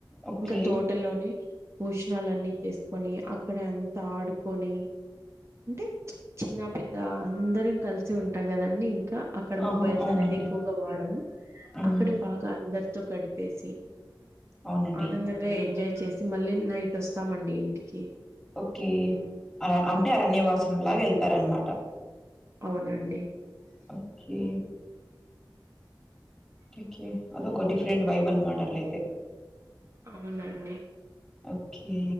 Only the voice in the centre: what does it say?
ఓకే
ఆ
అవునండి
మ్మ్
అవునండి
ఓకే అర అంటే అర అరణ్యవాసం లాగా ఎళ్తారనమాట
ఓకే కేకే అదొక డిఫరెంట్ వైబ్ అనమాట అట్లయితే
ఓకే